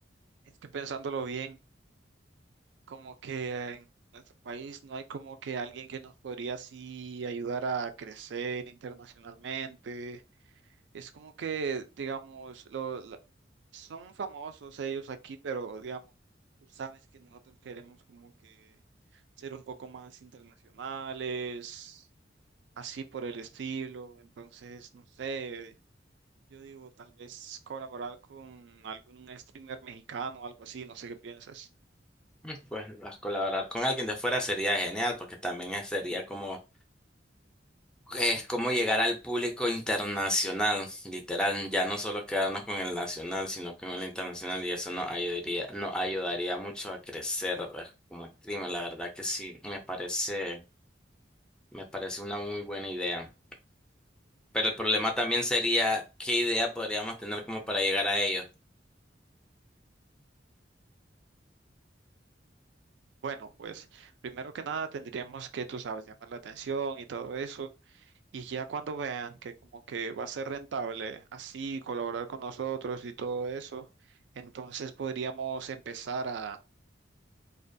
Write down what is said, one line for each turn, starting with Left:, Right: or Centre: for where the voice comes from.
Right: Es que pensándolo bien, como que en nuestro país no hay como que alguien que nos podría así ayudar a crecer internacionalmente. Es como que, digamos, lo, la- son famosos ellos aquí, pero digamos, tú sabes que nosotros queremos como que ser un poco más internacionales, así por el estilo. Entonces, no sé, yo digo, tal vez colaborar con algún streamer mexicano o algo así, no sé qué piensas.
Centre: Mm, Pues a colaborar con alguien de fuera sería genial porque también eh, sería como Es como llegar al público internacional, literal, ya no solo quedarnos con el nacional, sino con el internacional, y eso nos ayudaría, nos ayudaría mucho a crecer eh, como streamer. La verdad que sí, me parece, me parece una muy buena idea. Pero el problema también sería qué idea podríamos tener como para llegar a ello.
Right: Bueno, pues primero que nada tendríamos que, tú sabes, llamar la atención y todo eso. Y ya cuando vean que como que va a ser rentable así colaborar con nosotros y todo eso, entonces podríamos empezar a